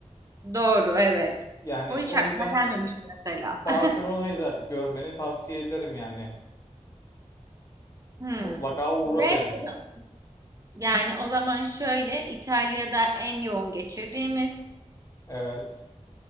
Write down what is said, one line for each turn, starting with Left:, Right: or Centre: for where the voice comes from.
Right: doğru evet.
Left: Yani
Right: O hiç
Left: o
Right: aklıma
Left: yüzden
Right: gelmemişti mesela.
Left: Barcelona'yı
Right: <laughs>
Left: da görmeni tavsiye ederim yani.
Right: Hmm.
Left: Mutlaka uğra
Right: Ve
Left: derim.
Right: o za- yani o zaman şöyle İtalya'da en yoğun geçirdiğimiz
Left: Evet,